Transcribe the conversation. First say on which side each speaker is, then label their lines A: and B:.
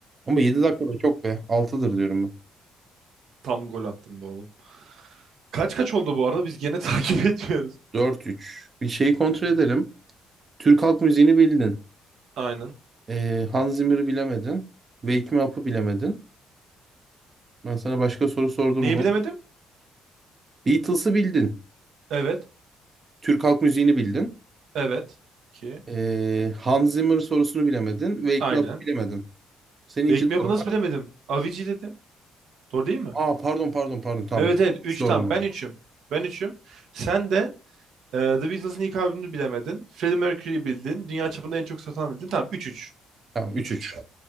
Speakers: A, on the right; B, on the right.
A: Ama 7 dakika da çok be. Altıdır diyorum ben.
B: Tam gol attım be oğlum. Kaç kaç oldu bu arada? Biz gene <laughs> takip etmiyoruz.
A: Dört üç. Bir şeyi kontrol edelim.
B: D-
A: Türk halk müziğini bildin.
B: Aynen.
A: Ee, Hans Zimmer'ı bilemedin. Wake Me Up'ı bilemedin. Ben sana başka soru sordum
B: Neyi
A: mu?
B: bilemedim?
A: Beatles'ı bildin.
B: Evet.
A: Türk halk müziğini bildin.
B: Evet. 2.
A: Ee, Hans Zimmer sorusunu bilemedin. Wake
B: Aynen.
A: Me Up'ı bilemedin. Senin iki
B: Wake Me
A: doğru
B: Up'ı
A: var.
B: nasıl bilemedim? Avicii dedim. Doğru değil mi?
A: Aa pardon pardon pardon tamam.
B: Evet evet 3
A: Üç doğru
B: tam.
A: mu?
B: Ben üçüm Ben üçüm Sen de e, The Beatles'ın ilk albümünü bilemedin. Freddie Mercury'yi bildin. Dünya çapında en çok satan bildin. Tamam üç üç
A: Tamam
B: üç
A: üç
B: üç
A: üç.